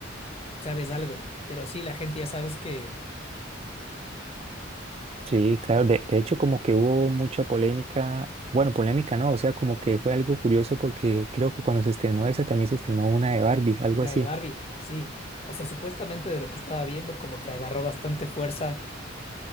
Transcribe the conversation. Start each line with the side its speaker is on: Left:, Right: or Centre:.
Left: sabes algo, pero sí la gente ya sabes que
Right: Sí, claro, de, de hecho como que hubo mucha polémica, bueno, polémica no, o sea, como que fue algo curioso porque creo que cuando se estrenó esa también se estrenó una de Barbie, algo
Left: la
Right: así.
Left: de Barbie, sí, o sea, supuestamente de lo que estaba viendo como que agarró bastante fuerza,